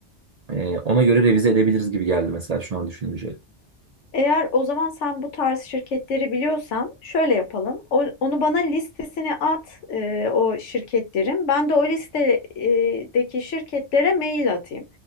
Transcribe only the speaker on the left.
Eğer o zaman sen bu tarz şirketleri biliyorsan şöyle yapalım. O- onu bana listesini at e, o şirketlerin. Ben de o listedeki şirketlere mail atayım.